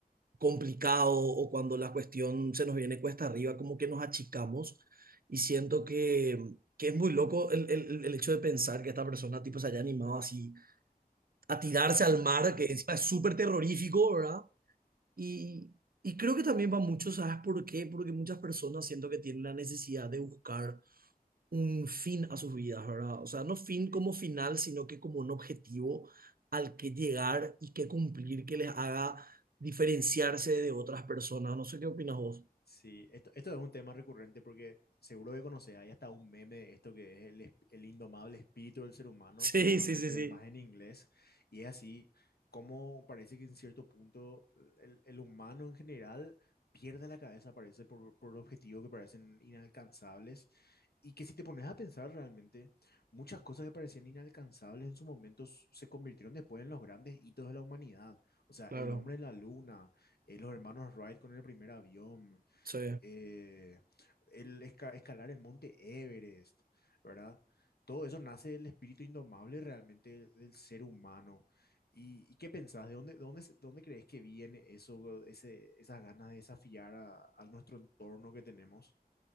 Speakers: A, on the right (about 70°); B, on the left (about 85°).
A: complicado o cuando la cuestión se nos viene cuesta arriba, como que nos achicamos y siento que, que es muy loco el, el, el hecho de pensar que esta persona tipo se haya animado así a tirarse al mar,
B: Sí,
A: que encima es súper terrorífico, ¿verdad? Y, y creo que también va mucho, ¿sabes por qué? Porque muchas personas siento que tienen la necesidad de buscar un fin a sus vidas, ¿verdad? O sea, no fin
B: sí.
A: como final, sino que como un objetivo al que llegar y que cumplir, que les haga diferenciarse de otras personas. No sé qué opinas vos.
B: Sí, esto, esto es un tema recurrente porque seguro que conoces, hay hasta un meme de esto que es el, es- el indomable espíritu del ser humano,
A: Sí,
B: normalmente
A: sí, sí, sí.
B: es más en inglés, y es así como parece que en cierto punto eh, el, el humano en general pierde la cabeza, parece, por, por objetivos que parecen inalcanzables, y que si te pones a pensar realmente, muchas cosas que parecían inalcanzables en su momento s- se convirtieron después en los grandes hitos de la humanidad, o sea,
A: Claro,
B: el hombre en la luna, eh, los hermanos Wright con el primer avión
A: sí.
B: eh, el esca- escalar el monte Everest, ¿verdad? Todo eso nace del espíritu indomable realmente del ser humano. ¿Y, y qué pensás? ¿De dónde, dónde, se- dónde crees que viene eso, ese, esas ganas de desafiar a, a nuestro entorno que tenemos?